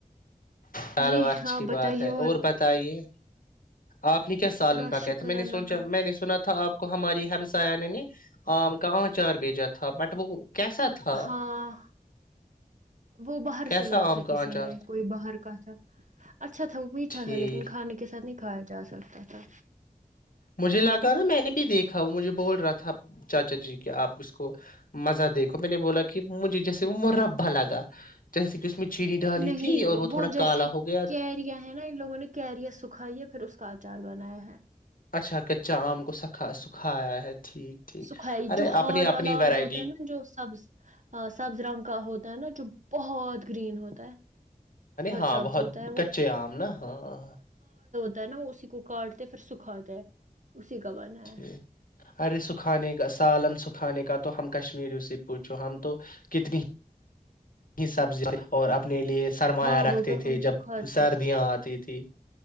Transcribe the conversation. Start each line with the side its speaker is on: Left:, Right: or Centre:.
Left: چلو
Right: جی
Left: اچھی
Right: آپ بتائیے
Left: بات ہے اور بتائیے آپ نے کیا سالن
Right: بس
Left: پ
Right: شکر
Left: کہ تھا میں نے
Right: اللہ
Left: سوچا
Right: کا
Left: میں نے سنا تھا آپ کو ہماری ہم ساانینی آم کا آچار بھیج جاتا تھ بٹ وہ کیسا تھا
Right: ہاں وہ باہر
Left: کیسا
Right: سے لایا
Left: آم
Right: تھا
Left: کا
Right: کسی
Left: آچار
Right: نے
Left: تھا
Right: کوئی باہر کا تھا اچھا تھا وہ میٹھا
Left: ٹھیک
Right: تھا لیکن کان کے سات نہیں اھایا جا سکتا تھا
Left: مجھے لگا نا میں نے دیکھا وہ مجھے بول رہا تھا چاچا جی کہ آپ اس کو مزہ دیکھو میں نے بولا کہ مجھے جیسے وہ م ربااگا جیسے کہ اس میں چینی ڈالی
Right: نہیں
Left: تھی اور تھوڑا
Right: وہ جیسے
Left: کالا ہو گیا
Right: کیریاں ہے نا ان لوگوں نے کیریا سکھائییا پھر اس کا اچار بنایا ہے
Left: اچھا کچا آم کو سکھا سکھایا ہے ٹھیک ٹھیک
Right: سکھ
Left: ارے
Right: جو ہارڈ
Left: اپنی اپنی
Right: والا
Left: ویرائٹی
Right: آام ہوتا ہے نا جو سبز سبز رنگ کا ہوتا ہے نا جو بہت گرین ہوتا ہے
Left: ہاں
Right: سبز
Left: بہت
Right: ہوتا ہے وہ
Left: کچے آم نا ہاں
Right: تا ہے نا اسی کو کاٹتے پھر سکھا د ہے اسی کا بنا
Left: ٹھیک
Right: ہے
Left: ارے سکھانے کا سالن سکھانے کا تو ہم کشمیریوں سے پوچھو ہم تو کتنی سبزیاں اور اب اپنے لیے سرمایہ
Right: ہاں
Left: رکھتے
Right: وہ تو
Left: تھے
Right: ہم
Left: جب
Right: سکھاتے
Left: سردیاں
Right: ہیں،
Left: آتی تھی